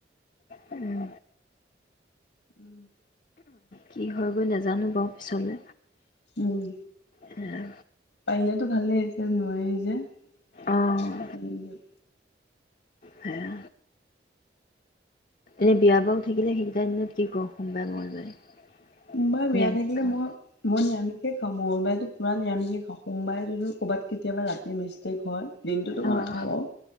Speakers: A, on the left (about 45°); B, on the left (about 85°).
A: উম
B: উম
A: কি হয় গৈ নাজানো বাৰু পিছলে।
B: উম
A: সেয়া
B: পাৰিলেতো ভালেই এতিয়া নোৱাৰি যে
A: অ',
B: উম
A: সেয়া এনে বিয়া বাৰু থাকিলে সেইকেইটাৰ দিনত কি কৰ সোমবাৰে মঙ্গলবাৰে
B: সোমবাৰে বিয়া
A: নিৰামিষ
B: থাকিলে
A: খাওঁ।
B: মই মই নিৰামিষে খাওঁ মঙলবাৰেতো পুৰা নিৰামিষে খাওঁ সোমবাৰেতো ক'ৰবাত কেতিয়াবা ৰাতি মিষ্টেক হয় দিনটোতো
A: অ',
B: মই নাখাওঁ বাৰু